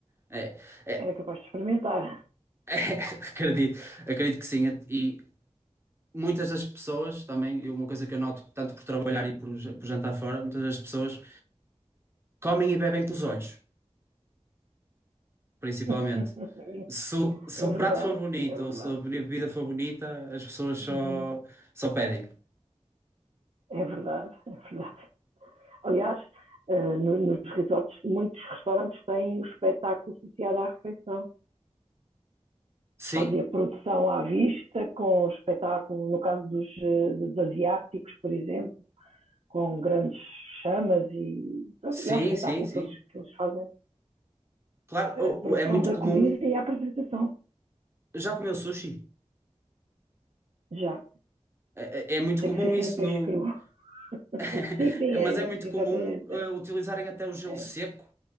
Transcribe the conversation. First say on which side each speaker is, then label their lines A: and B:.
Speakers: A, on the right (about 20°); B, on the right (about 65°).
A: É, é-
B: Era capaz de experimentar.
A: <laughs> é, acredito, acredito que sim. E muitas das pessoas também, e uma coisa que eu noto tanto por trabalhar e por, ja- por jantar fora, muitas das pessoas comem e bebem com os olhos. principalmente.
B: <laughs>
A: Se, o- se
B: É
A: o prato
B: verdade,
A: for bonito
B: é verdade.
A: ou se a bebida for bonita, as pessoas só,
B: Uhum,
A: só pedem.
B: É verdade, é verdade. Aliás, eh, no- nos resorts, muitos restaurantes têm o espetáculo associado à refeição.
A: Sim,
B: fazia produção à vista, com espetáculo, no caso dos, eh, dos asiáticos, por exemplo, com grandes chamas e,
A: sim,
B: e é um espetáculo
A: sim, sim.
B: que eles, que eles fazem
A: Claro,
B: a
A: o-
B: produção
A: o- é muito
B: da
A: comum.
B: comida e a apresentação
A: Já comeu sushi?
B: já
A: É, é- é muito
B: tem
A: comum
B: que ser
A: isso
B: sem peixe
A: no.
B: cru <laughs>
A: <laughs>
B: sim sim é,
A: Mas é muito
B: é exatamente
A: comum eh,
B: é,
A: utilizarem até o gelo
B: é,
A: seco,